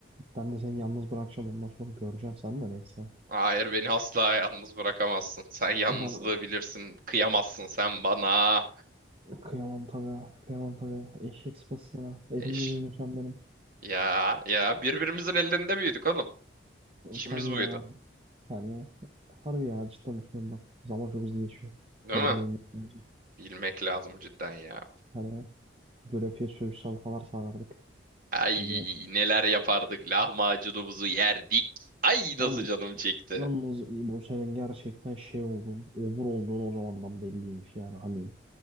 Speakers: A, on the right; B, on the right.
A: ben de seni yalnız bırakacağım. Ondan sonra göreceğim. Sen de neyse.
B: Hayır beni asla yalnız bırakamazsın. Sen yalnızlığı
A: Ben
B: bilirsin. Kıyamazsın sen bana.
A: kıyamam tabii. Kıyamam tabii. Eşek sıpası sana. Elimde
B: Eş.
A: büyüdün sen benim.
B: Ya ya birbirimizin ellerinde büyüdük oğlum. İşimiz
A: Tabii
B: buydu.
A: ya. Hani harbi ya. Cidden düşünün bak. Zaman çok hızlı geçiyor.
B: Değil
A: Değerini
B: mi?
A: bilmek lazım.
B: Bilmek lazım cidden ya.
A: Hani dölepiye söğüş salatalar sarardık.
B: Ay
A: Şimdi
B: neler yapardık. Lahmacunumuzu yerdik. Ay nasıl
A: yalnız
B: canım çekti.
A: Yalnız İbo senin gerçekten şey olduğun, obur olduğun o zamandan belliymiş yani hani